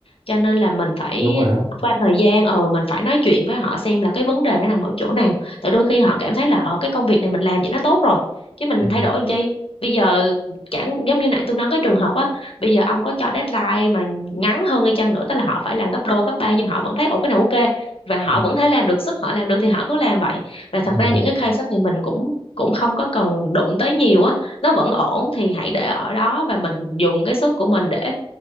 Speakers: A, on the left; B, on the right.
A: cho nên là mình phải
B: đúng rồi đó
A: qua thời gian ờ mình phải nói chuyện với họ xem là cái vấn đề nó nằm ở chỗ nào tại đôi khi họ cảm thấy là ờ cái công việc này mình làm vậy nó tốt rồi chứ mình
B: ừ,
A: thay đổi làm chi bây giờ chẳng giống như nãy tôi nói cái trường hợp á bây giờ ông có cho deadline mà ngắn hơn hay chăng nữa tức là họ phải làm gấp đôi gấp ba nhưng mà họ vẫn thấy ồ cái này ok và họ
B: ừ,
A: vẫn thấy làm được sức họ làm được thì họ cứ làm vậy và thật
B: ừ,
A: ra những cái case đó thì mình cũng cũng không có cần đụng tới nhiều á nó vẫn ổn thì hãy để ở đó và mình dùng cái sức của mình để